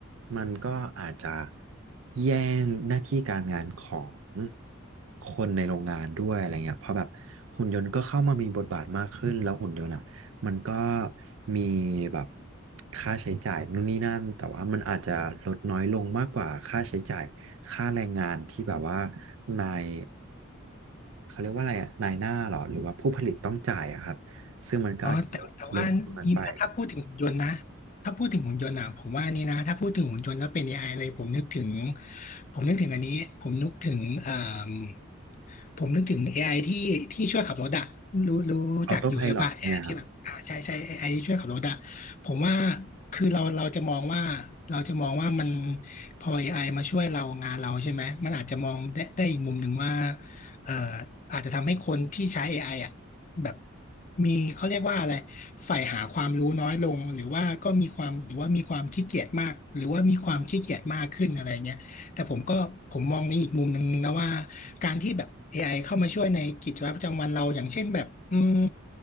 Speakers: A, on the right; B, on the left.
A: มันก็อาจจะแย่งหน้าที่การงานของคนในโรงงานด้วยอะไรเงี้ยเพราะแบบหุ่นยนต์ก็เข้ามามีบทบาทมากขึ้นแล้วหุ่นยนต์อะ มันก็มีแบบค่าใช้จ่ายนู่นนี่นั่นแต่ว่ามันอาจจะลดน้อยลงมากกว่าค่าใช้จ่ายค่าแรงงานที่แบบว่านายเขาเรียกว่าอะไรอะนายหน้าเหรอหรือว่าผู้ผลิตต้องจ่ายอะครับซึ่งมันก็อาจจะลดตรงนั้นไป
B: อ๋อแต่แต่ว่านี่ถ้าถ้าพูดถึงหุ่นยนต์นะถ้าพูดถึงหุ่นยนต์อ่ะผมว่านี่นะถ้าพูดถึงหุ่นยนต์แล้วเป็น a อไอเลยผมนึกถึงผมนึกถึงอันนี้ผมนึกถึงเอ่มผมนึกถึงเอไอที่ที่ช่วยขับรถอะรู้รู้จักอยู่ใช่ปะ
A: ออโต้ไพลอตใช่ไหมครับ
B: AI ที่แบบอ่าใช่ใช่ AI ที่ช่วยขับรถอะผมว่าคือเราเราจะมองว่าเราจะมองว่ามันพอ AI มาช่วยเรางานเราใช่ไหมมันอาจจะมองได้ได้อีกมุมหนึ่งว่าเอ่ออาจจะทำให้คนที่ใช้ AI อไออ่ะ แบบมีเขาเรียกว่าอะไรใฝ่หาความรู้น้อยลงหรือว่าก็มีความหรือว่ามีความขี้เกียจมากหรือว่ามีความขี้เกียจมากขึ้นอะไรเงี้ยแต่ผมก็ผมมองในอีกมุมหนึ่งนะว่าการที่แบบเอไอเข้ามาช่วยในกิจวัตรประจำวันเราอย่างเช่นแบบอืม